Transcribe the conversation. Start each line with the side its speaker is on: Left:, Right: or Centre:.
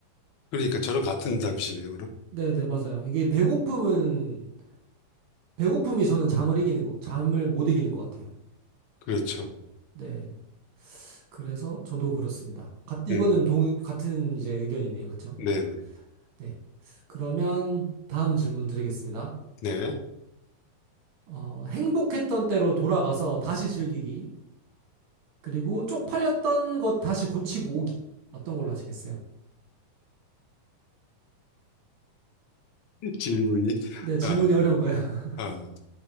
Left: 그러니까 저랑 같은 답이시네요, 그럼?
Right: 네, 네, 맞아요. 이게 배고픔은, 배고픔이 저는 잠을 이기는 거, 잠을 못 이기는 것 같아요.
Left: 그렇죠.
Right: 네. 그래서 저도 그렇습니다. 같- 이거는
Left: 음,
Right: 동, 같은 이제 의견이네요. 그쵸?
Left: 네네.
Right: 네. 그러면 다음 질문 드리겠습니다.
Left: 네.
Right: 어, 행복했던 때로 돌아가서 다시 즐기기. 그리고 쪽팔렸던 것 다시 고치고 오기. 어떤 걸로 하시겠어요?
Left: <laughs> 질문이,
Right: 네, 질문이
Left: 아,
Right: 어려운가요? <laughs>
Left: 아,